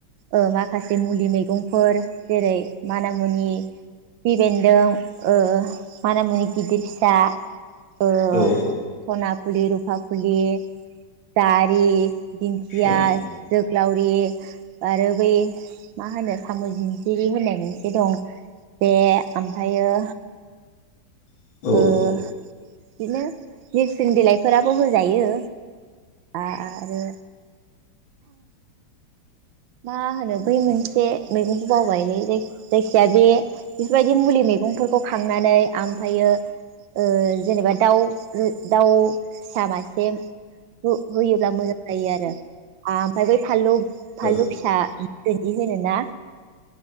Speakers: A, on the right; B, on the left.
A: ओ माखासे मुलि मैगंफोर जेरै माना मुनि गिबि बेन्दों ओ माना मुनि गिदिर फिसा। ओ
B: औ
A: सना फुलि रुफा फुलि जारि। दिंखिया
B: औ
A: जोग। लावरि आरो बै मा होनो साम' जिनजिरि होननाय मोनसे दं। बे ओमफ्रायो।
B: <inaudible> औ
A: ओ बिदिनो नोरसिं बिलाइफोराबो होजायो। आरो। मा होनो बै मोनसे मैगंखौ बावबायलै जायखिजाया बे बेफोरबायदि मुलि मैगंफोरखौ खांनानै ओमफ्रायो। ओ जेनेबा दाउ दाउ फिसा मासे होयोब्ला मोजां जायो आरो ओमफ्राय बै फानलु फानलु
B: औ
A: फिसा। बिदि होनोना